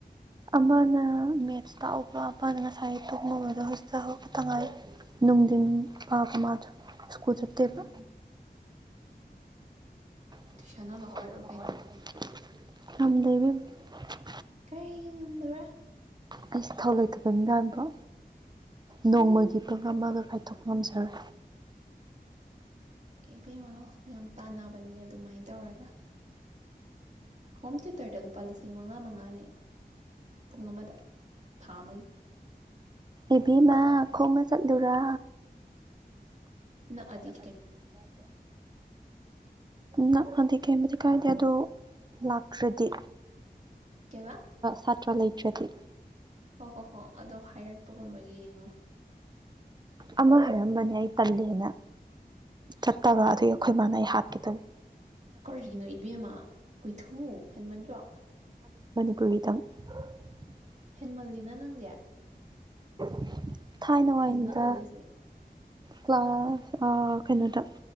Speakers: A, on the right (about 25°); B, on the right (about 45°).
A: ꯑꯃꯅ ꯃꯦꯠꯁ ꯇꯥꯛꯎꯕ ꯑꯃꯅ ꯉꯁꯥꯏ ꯇꯨꯝꯃꯨꯕꯗꫭ ꯍꯧꯖꯤꯛꯄꯇ ꯍꯧꯇꯥ ꯉꯥꯏꯔꯤ ꯅꯨꯡꯊꯤꯟ ꯄꯥꯕ ꯃꯥꯗꫭ ꯁ꯭ꯀꯨꯜ ꯆꯠꯇꯦꯕ
B: ꯎꯝ ꯎꯝ ꯎꯝ
A: ꯊꯨꯏꯁꯟ
B: ꯇꯨꯏꯁꯟ ꯑꯣꯖꯥ ꯑꯣꯏꯔꯣ
A: ꯑꫭꯖ
B: ꯀꯩꯅꯣ
A: ꯑꫭꯏꯔꫭ ꯀꯩꯅꫭ ꯉꯝꯗ꯭ꯔꯦ ꯏꯕꯦꯝꯃꯥ
B: ꯀꯔꯤꯒꯤ ꯉꯝꯗꯕ꯭ꯔꯥ
A: ꯑꯩꯁ ꯊꯧ ꯂꯩꯇꯕ ꯃꯤ ꯃꯥꯅꯕ꯭ꯔꯣ ꯅꯣꯡꯃꯒꯤ <unintelligible> <unintelligible> ꯉꯝꯖꯔꯦ
B: ꯏꯕꯦꯝꯃ ꯌꯥꯝ ꯇꯥꯟꯅꯕꯅꯤ ꯑꯗꯨꯃꯥꯏꯅ ꯇꯧꯔꯒ ꯍꯣꯝ ꯊꯤꯌꯦꯇꯔꯗ ꯂꯨꯄꯥ ꯂꯤꯁꯤꯡ ꯃꯉꯥ ꯃꯉꯥꯅꯤ ꯄꯨꯡ ꯑꯃꯗ ꯊꯥ ꯑꯃꯒꯤ
A: ꯏꯕꯤꯦꯝꯃ ꯈꯣꯡꯅ ꯆꯠꯂꯨꯔ
B: ꯅꯥꯑꯗꯤ
A: ꯀꯥꯏꯗꯦ ꯅꯛꯑꯗꯤ ꯀꯩꯃꯗꯤ ꯀꯥꯏꯗꯦ ꯑꯗꯣ ꯂꯥꯛꯇ꯭ꯔꯗꯤ
B: ꯀꯩꯕꯥ
A: ꯁꯇ꯭ꯔ <unintelligible> ꯂꯩꯇ꯭ꯔꯗꯤ
B: ꯍꯣꯏ ꯍꯣ ꯍꯣ ꯑꯗꯣ ꯍꯥꯏꯔꯛꯄꯒꯨꯝꯕ ꯌꯦꯡꯉꯣ
A: ꯑꯃ ꯍꯥꯏꯔꯝꯕꯅꯦ ꯑꯩ ꯇꯜꯂꯦꯅ ꯆꯠꯇꯕ ꯑꯩꯈꯣꯏ ꯃꯥꯥꯟ ꯑꯩ ꯍꯥꯠꯀꯦ ꯗꯧꯔꯤ
B: ꯀꯔꯤꯅꯣ ꯏꯕꯦꯝꯃ ꯍꯨꯏꯊꯨ ꯍꯦꯟꯃꯟꯗ꯭ꯔꯣ
A: <unintelligible>
B: ꯍꯦꯟꯃꯟ ꯁꯤꯅ ꯅꯪꯗꯤ
A: <inaudible> ꯊꯥꯏꯅ ꯋꯥꯅꯤꯗ
B: ꯀꯩꯅꯣ ꯅꯪ ꯈꯜꯂꯤꯁꯦ
A: ꯀ꯭ꯂꯥꯁ ꯀꯩꯅꯣꯗ